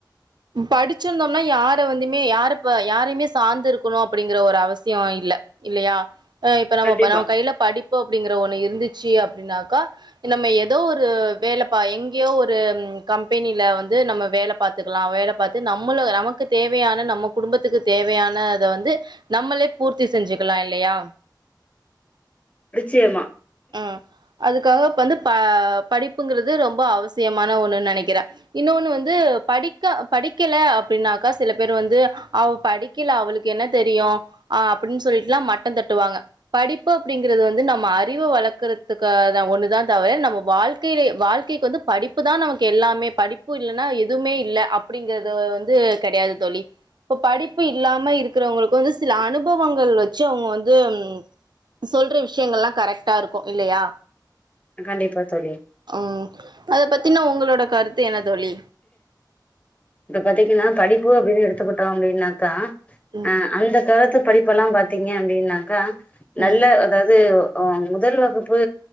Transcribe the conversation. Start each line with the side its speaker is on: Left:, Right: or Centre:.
Right: படிச்சிருந்தோம்னா யார வந்து மே யாரு இப்ப யாரையுமே சார்ந்து இருக்குனு அப்டிங்கிற ஒரு அவசியோ இல்ல இல்லியா அ இப்ப நம்மோ
Left: கண்டிப்பா
Right: நம் கைல படிப் போ அப்டிங்கற ஒன்னு இருந்தித் சி அப்டின்னாக்கா நம்ம ஏதோ ஒரு வேலப்பா எங்யோ ஒரு கம்பெனில வந்து நம்ம வேல பாத்துக்கலா வேல பாத்து நம்மள நமக்கு தேவையான நம்ம குடும்பத்துக்கு தேவையான அத வந்து நம்மளே பூர்த்தி செஞ்சிக்கலா இல்லையா
Left: நிச்சியம்மா
Right: அ அதுக் க்காக பந்து ப அ படிப்புங்றது ரொம்ப அவசியமான ஒன்னுன் நெனைக்கிற இன்னொன்னு வந்து படிக்க படிக்கல அப்டினாக்கா சில பேர் வந்து அவ்வோ படிக்கல அவளுக்கு என்ன தெரியு ஆ அப்டின்னு சொல்லிட்டுலா மட்ட தட்டுவாங்க படிப்பு அப்டிங்கறது வந்து நம்ம அ அறிவு வளர்க்கறதுக்கு அ தா ஒன்னுதா தவிர நம்ம வாழ்க்கைலே வாழ்க்கைக்கு வந்து படிப்பு தா நமக்கு எல்லாமே படிப்பு இல்லன்னா எதுவுமே இல்ல அப்டிங்கறது வந்து கேடையாது தொழி இப்போ படிப்பு இல்லாம இருக்கிறவங்களுக்கு வந்து சில அனுபவங்கள் வச்சி அவுங்க வந்து ம் சொல்ற விஷ்யங்கள்லா கரெக்ட் ட்டா இருக்கு இல்லையா
Left: கண்டிப்பா தோழி
Right: ஹம் அத பத் தின்ன உங்களோட கருத்து எனத் தோழி
Left: இப்ப பாத்தங்கன்னா படிப்பு அப்டின்னு எடுத்தூகிட்டோ அப்டின்னாக்கா
Right: ம்
Left: அ அந்த கலத்துக் படிப்பெல்லா பாத்தீங்க அப்டின்னாக்கா
Right: ம்
Left: நல்ல அதாவது ஒ ஒ முதல் வகுப் பு